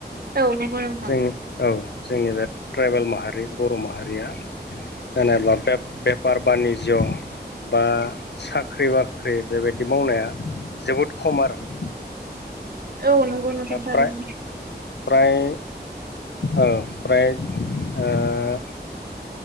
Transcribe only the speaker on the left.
जोंनि औ जोंनि बे ट्राइबेल माहारि बर' माहारिया जेनेबा बेब बेफार बानि जिउ बा साख्रि-बाख्रि बेबायदि मावनाया जोबोद खम आरो। <inaudible>
फ्राय फ्राय ओ फ्राय ओ